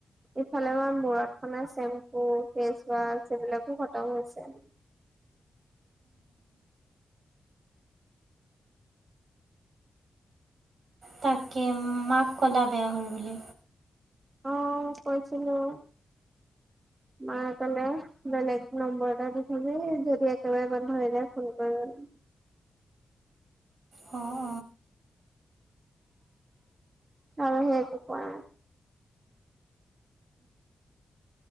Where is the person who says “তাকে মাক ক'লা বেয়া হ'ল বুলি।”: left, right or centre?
Right